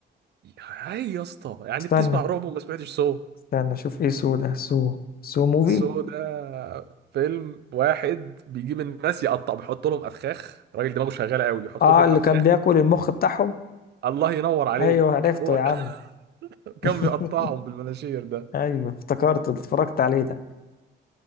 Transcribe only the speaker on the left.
استنى
استنى اشوف ايه سو ده سو سو موفي
اه
اللي
كان بياكل المخ بتاعهم
ايوه عرفته
يا
عم
<laughs>
ايوه افتكرته ده اتفرجت عليه ده